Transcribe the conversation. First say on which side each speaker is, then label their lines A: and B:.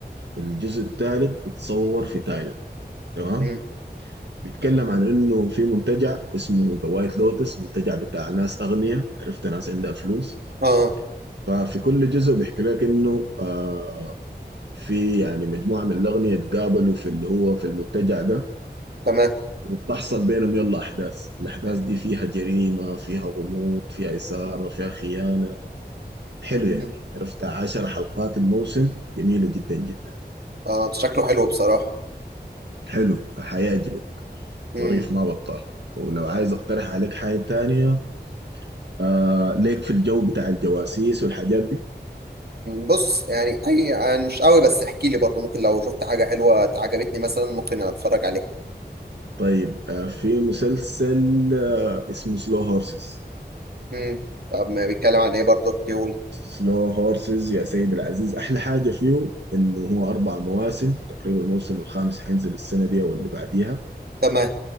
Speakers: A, on the right; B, on the right.
A: الجزء الثالث اتصور في تايلاند تمام
B: امم
A: بيتكلم عن إنه في منتجع اسمه ذا وايت لوتس منتجع بتاع ناس أغنياء عرفت ناس عندها فلوس
B: اه
A: ففي كل جزء بيحكي لك إنه آه في يعني مجموعة من الأغنياء اتقابلوا في اللي هو في المنتجع ده
B: تمام
A: وبتحصل بينهم يلا أحداث الأحداث دي فيها جريمة فيها غموض فيها إثارة فيها خيانة حلو
B: مم.
A: يعني عرفت عشر حلقات الموسم جميلة جدا جدا
B: اه شكله حلو بصراحه
A: حلو حيعجبك
B: امم
A: ظريف ما بطال ولو عايز أقترح عليك حاجة تانية آه ليك في الجو بتاع الجواسيس والحاجات دي
B: بص يعني اي يعني مش قوي بس احكي لي برضو ممكن لو شفت حاجه حلوه عجبتني مثلا ممكن اتفرج عليها
A: طيب آه في مسلسل آه اسمه سلو هورسز
B: مم. طب ما بيتكلم عن ايه برضه احكيهولي
A: سلو هورسز يا سيد العزيز احلى حاجه فيه انه هو اربع مواسم تقريبا الموسم الخامس حينزل السنه دي او اللي بعديها
B: تمام